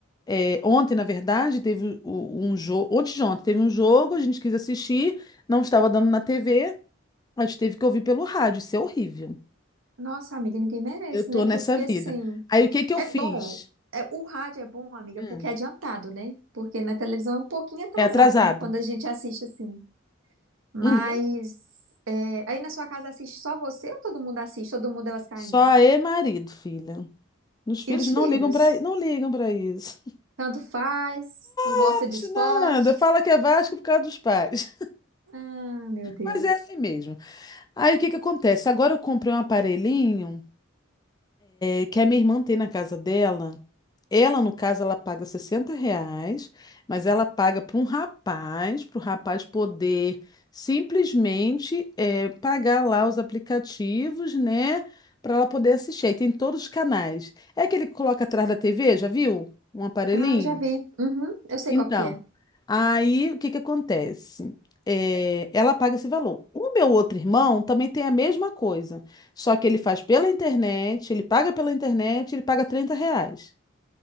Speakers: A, on the left; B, on the right.
A: é, ontem, na verdade, teve o- um jogo. Ontem de ontem teve um jogo, a gente quis assistir, não estava dando na TV, a gente teve que ouvir pelo rádio. Isso é horrível.
B: Nossa, amiga, ninguém merece,
A: Eu tô
B: né?
A: nessa
B: Porque,
A: vida.
B: assim,
A: Aí o que que eu
B: É
A: fiz?
B: bom. É, o rádio é bom, amiga,
A: Hum,
B: porque é adiantado, né? Porque na televisão é um pouquinho atrasado,
A: é atrasado.
B: né? Quando a gente assiste assim. Mas
A: Uhum.
B: é, aí na sua casa assiste só você ou todo mundo assiste? Todo mundo é vascaíno?
A: Só é marido, filha. Os filhos
B: E os
A: não
B: filhos?
A: ligam para não ligam para isso.
B: Tanto faz, não gosta
A: <laughs>
B: de
A: Acho
B: esportes.
A: nada. Fala que é Vasco por causa dos pais.
B: Ah, meu Deus.
A: Mas é assim mesmo. Aí o que que acontece? Agora eu comprei um aparelhinho eh, que a minha irmã tem na casa dela. Ela, no caso, ela paga 60 reais, mas ela paga para um rapaz, para o rapaz poder simplesmente eh, pagar lá os aplicativos, né? Para ela poder assistir. Aí tem todos os canais. É aquele que coloca atrás da TV, já viu? Um aparelhinho?
B: Ah, já vi. Uhum, eu sei
A: Então,
B: qual que é.
A: aí o que que acontece? É, ela paga esse valor. O meu outro irmão também tem a mesma coisa, só que ele faz pela internet, ele paga pela internet, ele paga 30 reais,